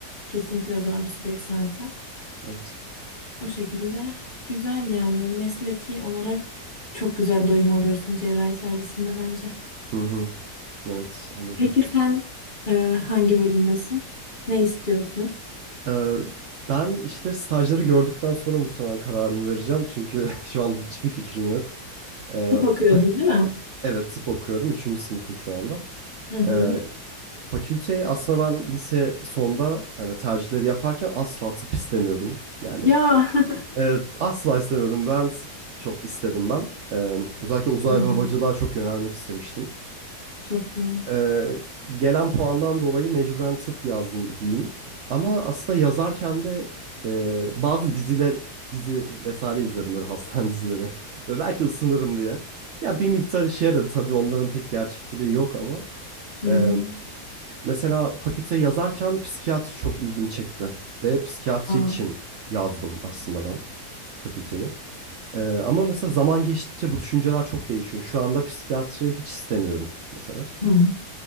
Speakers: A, on the left; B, on the right.
A: kesinlikle zor bir süreç zaten.
B: Evet.
A: O şekilde güzel yani mesleki olarak çok güzel doyum alıyorsun cerrahi servisinde bence.
B: Hı hı. Evet, anladım.
A: Peki sen e, hangi bölümdesin? Ne istiyorsun?
B: Ee, ben işte stajları gördükten sonra muhtemelen kararımı vereceğim. Çünkü <laughs> şu an hiçbir fikrim yok. Ee,
A: Tıp okuyordun
B: fak-
A: değil mi?
B: evet tıp okuyorum. Üçüncü sınıfım şu anda.
A: Hı hı.
B: Ee, fakülteyi aslında ben lise sonda yani tercihleri yaparken asla tıp istemiyordum. Yani
A: Ya. <laughs>
B: evet, asla istemiyordum. Mühendislik çok istedim ben. Ee, özellikle uzay
A: Hı hı.
B: ve havacılığa çok yönelmek istemiştim.
A: Çok iyi.
B: Ee, gelen puandan dolayı mecburen tıp yazdım diyeyim. Ama aslında yazarken de e, bazı diziler dizi vesaire izledim böyle hastane <laughs> dizileri. Ve belki ısınırım diye. Ya bir miktar işe yaradı tabii onların pek gerçekçiliği yok ama.
A: Hı
B: e,
A: hı.
B: mesela fakülte yazarken psikiyatri çok ilgimi çekti. Ve psikiyatri
A: Aa,
B: için yazdım aslında ben fakülteyi. E, ama mesela zaman geçtikçe bu düşünceler çok değişiyor. Şu anda psikiyatri hiç istemiyorum mesela.
A: hı hı.